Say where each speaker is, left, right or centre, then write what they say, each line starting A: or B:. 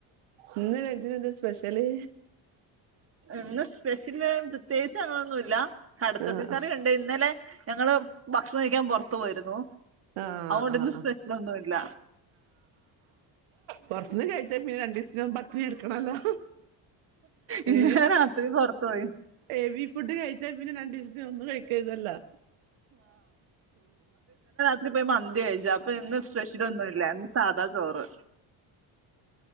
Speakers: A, on the right; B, on the right.
A: ഇന്ന് ലഞ്ചിനെന്താ സ്പെഷല്
B: ഇന്ന് സ്പെഷ്യല് പ്രത്യേകിച്ച് അങ്ങനൊന്നു ഇല്ല കടച്ചത്തി
A: ആഹ്
B: കറിയുണ്ട് ഇന്നലെ ഞങ്ങള് ഭക്ഷണം കഴിക്കാൻ പൊറത്തു പോയിരുന്നു
A: ആഹ്
B: അതുകൊണ്ട്
A: ആഹ്
B: ഇന്ന്
A: ആഹ്
B: സ്പെഷ്യലൊന്നും ഇല്ല
A: പൊറത്തെന്ന് കഴിച്ചാ പിന്നെ രണ്ടീ സം പട്ടിണി കെടക്കണോല്ലോ
B: ഇന്നലെ
A: ഏ
B: രാത്രി പുറത്തു പോയി
A: ഹെവി ഫുഡ് കഴിച്ചാ പിന്നെ രണ്ടീസത്തിനൊന്നും കഴിക്കരുതല്ലോ
B: ഇതിപ്പോ മ ന്തിയാ കഴിച്ചേ അപ്പൊ ഇന്ന് സ്പെഷ്യലൊന്നും ഇല്ല ഇന്ന് സാധാ ചോറ്